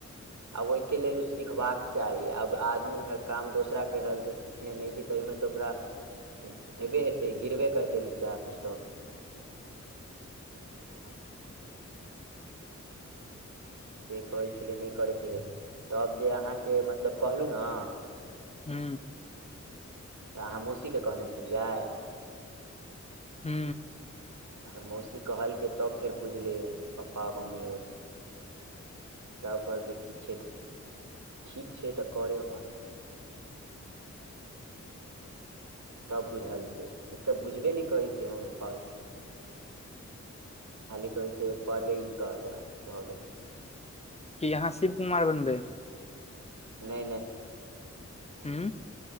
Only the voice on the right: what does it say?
आब ओहिके लेल ओ सिखबाक चाही आब आदमी एमहर काम दोसरा करि रहल छै। स सिखने नइ छय। तहिमे तऽ ओकरा हेबे हेतै गिरबे करतै नीचा स्टॉक <unintelligible> से कहै छैलै न करैके तब जे अहाँके मतलब कहलु नऽ
तऽ अहाँ मौसीके कहने छलियै।
तऽ मौसी कहलकै तब फेर बुझलै पप्पा-मम्मी ओर तब कहलके ठीक छै। ठीक छै। तऽ करेऽ अपन तब बुझलके नहि तऽ बुझबे नै कहै छै मम्मी पाबै खाली कहे छै। पढ़ैइल कर बस भऽ गैलै।
नहि नहि